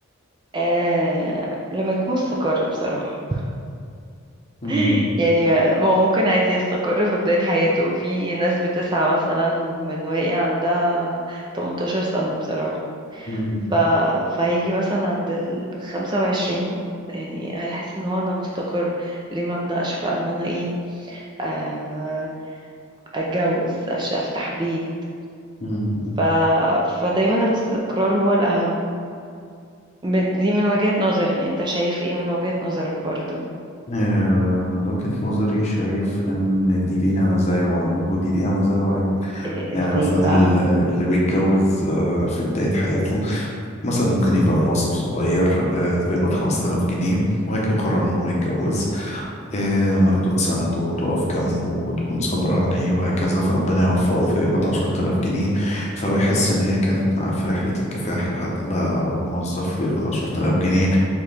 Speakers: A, on the right (about 20°); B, on the left (about 30°).
A: آه... لما يكون مستقر بصراحة
B: مم.
A: <laughs> يعني ما هو ممكن عادي يستقر في بداية حياته في ناس بتسعى مثلا من وهي عندها 18 سنة بصراحة
B: مم.
A: ف... فهيجي مثلا عند ال 25 يعني هيحس ان هو انا مستقر ليه ما ابدأش بقى ان انا ايه آه... اتجوز أش... افتح بيت
B: مم. مم.
A: ف... فدايما الاستقرار هو الأهم من- دي من وجهة نظري انت شايف ايه من وجهة نظرك برضو
B: آه، من وجهة نظري شايف إن دي ليها مزايا وعيوب ودي ليها مزايا وعيوب
A: إيه-
B: يعني
A: ازاي
B: مثلا
A: بقى
B: ال- اللي بيتجوز آه، في بداية حياته مثلا ممكن يبقى موظف صغير آه، بيقبض 5000 جنيه وبعد كده قرر إن هو يتجوز إيه مراته تسنده وتقف جنبه وتكون صابرة عليه وهكذا فربنا يوفقه فيقبض عشرة آلاف جنيه فهو يحس إن هي كانت معاه في رحلة الكفاح لحد ما موظف ياخد عشرة آلاف جنيه